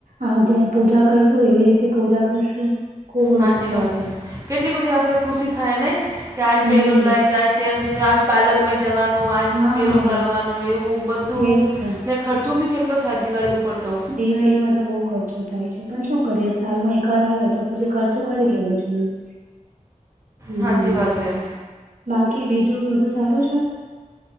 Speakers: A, on the right; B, on the right.
A: હ જે પૂજા કરશું. એવી રીતે પૂજા કરશું, ખુબ
B: સાચી
A: ઉત્સાહ
B: વાત
A: છે.
B: કેટલી બધી આપણે ખુશી થાય નહી કે, આજ
A: હમ
B: પેલું લઈ જાય, તેમ લય જાય, આજ પાર્લર... જવાનું આ
A: હા
B: પેલું કરવાનું એવું બધું
A: એજ તો
B: ને... ખર્ચો ભી કેટલો થાય દિવાળી ઉપર તો!
A: દિવાળીમાં તો બહુ ખર્ચો થાય છે, પણ શું કરીેએ સાલમાં એક વાર આવે તો પછી ખર્ચો કરી લેવો જોઈએ. <inaudible> હમ
B: સાચી વાત એ.
A: બાકી બીજું બધું સારું છે?